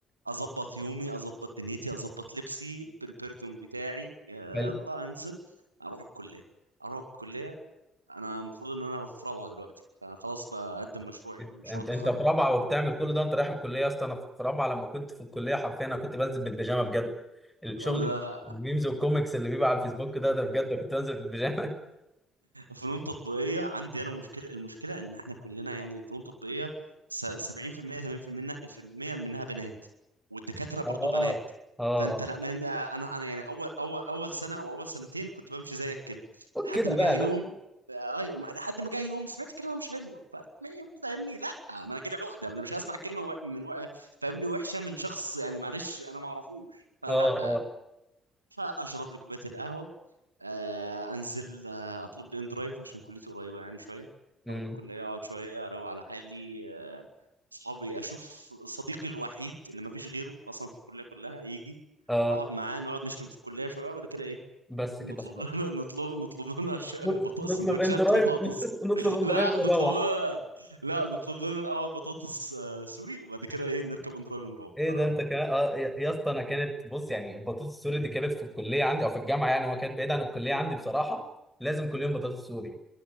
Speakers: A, on the right (about 80°); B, in the centre.
A: اظبط يومي اظبط دنيتي اظبط لبسي بالبرفيوم بتاعي آه
B: حلو
A: يلا انزل اروح الكليه اروح الكليه انا المفروض ان انا في رابعه دلوقتي فانا خلاص بقدم مشروعي
B: انت
A: مشروع التخرج
B: انت في رابعه وبتعمل كل ده انت رايح الكليه يا اسطى انا في رابعه لما كنت في الكليه حرفيا انا كنت بنزل بالبيجامه بجد الشغل
A: ولا
B: الميمز والكوميكس اللي بيبقى على الفيسبوك ده ده بجد كنت بنزل بالبيجامه
A: فنون تطبيقية عندي أنا مشكلة المشكلة إن إحنا كلنا يعني فنون تطبيقية س- 70% 80% في المية منها في المية منها بنات والدكاترة برضو
B: <laughs>
A: بنات
B: اه اه
A: فأنت
B: اه
A: لا ما أنا أنا أنا يعني أول أول أول سنة أو أول سنتين كنت بمشي زيك كده
B: قول
A: لحد
B: كده
A: ما
B: بقى
A: جه
B: يا
A: يوم
B: باشا
A: آه، أيوة ما- لحد ما جه يوم سمعت كلمة مش حلوة ف- ما فاهمني لا ما أنا كده عقدة ما أنا مش هسمع كلمة وح- من وح- فاهمني وحشة من شخص يعني معلش أنا ما أعرفوش فلا
B: اه اه
A: فأشرب لي كوباية القهوة آه، انزل آه، اطلب لي ان درايف عشان كليتي قريبه يعني شويه
B: امم
A: اروح الكليه اقعد شويه اروق على حالي آه، صحابي اشوف صديقي الوحيد اللي ما فيش غيره اصلا في الكليه كلها يجي
B: اه
A: اقعد معاه نقعد نشتم في الكليه شويه وبعد كده ايه
B: بس
A: نطلب
B: كده خلاص
A: لنا <laughs> نطلب نطلب لنا ش- بطاطس
B: نطل- نطلب
A: سندوتشات
B: ان درايف
A: بطاطس
B: <laughs> نطلب ان
A: لا
B: درايف ونروح
A: نطلب لنا لا نطلب لنا الاول بطاطس آه، سوري وبعد كده ايه نركب ان درايف نروح
B: ايه ده
A: انا وهو.
B: انت كمان اه يا يا اسطى انا كانت بص يعني البطاطس السوري دي كانت في الكليه عندي او في الجامعه يعني هو كانت بعيد عن الكليه عندي بصراحه لازم كل يوم بطاطس سوري